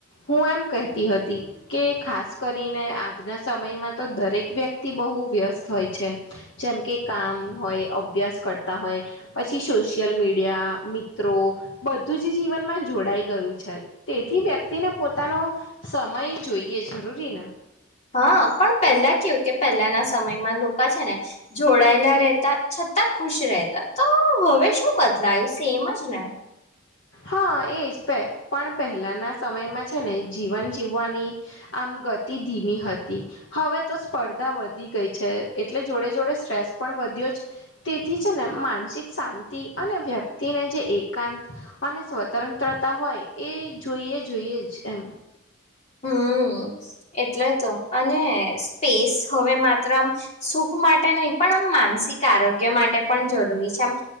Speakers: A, on the left (about 60°); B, on the left (about 30°).
A: હું એમ કહેતી હતી કે ખાસ કરીને આજના સમયમાં તો દરેક વ્યક્તિ બહુ વ્યસ્ત હોય છે જેમ કે કામ હોય, અભ્યાસ કરતા હોય પછી સોશિય સોશિયલ મીડિયા મિત્રો બધું જ જીવનમાં જોડાઈ ગયું છે. તેથી વ્યક્તિને પોતાનો સમય જોઈએ જરૂરી ને.
B: હા પણ પહેલા કેવું કે પહેલાના સમયમાં લોકો છે ને જોડાયેલા રહેતા છતા ખુશ રહેતા તો હવે શું બદલાયું સેમ જ ને.
A: હા એજ પે પણ પહેલાના સમયમાં છે ને જીવન જીવવાની આમ ગતિ ધીમી હતી. હવે તો સ્પર્ધા વધી ગઈ છે એટલે જોડે જોડે સ્ટ્રેસ પણ વધ્યો જ. તેથી માનસિક શાંતિ અને વ્યક્તિને જે એકાંત અને સ્વતંત્રતા હોય એ જોઈએ-જોઈએ જ એમ.
B: હમ્મ. હમ્મ, એટલે તો અને સ્પેસ હવે માત્ર આમ સુખ માટે નહ પણ આમ માનસિક આરોગ્ય માટે પણ જરૂરી છે, આ